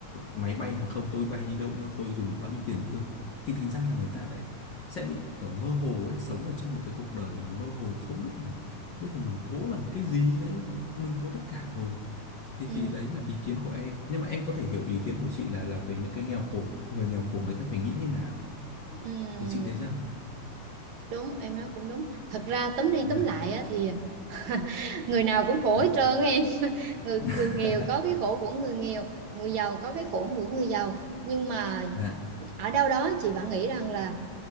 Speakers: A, on the left (about 50°); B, on the right (about 65°).
A: máy bay hàng không, tôi bay đi đâu cũng được, tôi dùng bao nhiêu tiền cũng được. Thì thành ra là người ta lại sẽ bị kiểu mơ hồ ấy, sống ở trong một cái cuộc đời mà mơ hồ không biết là bây giờ mình cố làm cái gì nữa, mình có tất cả rồi. Thì
B: Ừ.
A: thì đấy là ý kiến của em. Nhưng mà em có thể hiểu ý kiến của chị là là về những cái nghèo khổ, người nghèo khổ người ta phải nghĩ như nào.
B: Ừ.
A: Thì chị thấy sao?
B: đúng em nói cũng đúng thật ra tóm đi
A: Dạ,
B: tóm lại á, thì <laughs> người nào cũng khổ
A: dạ.
B: hết trơn á em <laughs> người
A: <laughs>
B: người nghèo có cái khổ của người nghèo người giàu có cái khổ của người giàu nhưng mà
A: Dạ,
B: ở đâu đó chị vẫn nghĩ rằng là